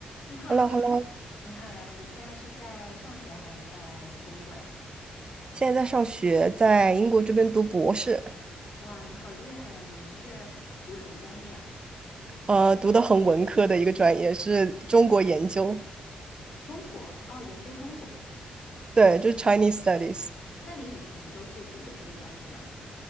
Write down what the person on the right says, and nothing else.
h e l l o h e l l o
现在在上学，在英国这边读博士，
呃，读的很文科的一个专业是中国研究，
对，就是 Chinese Studies。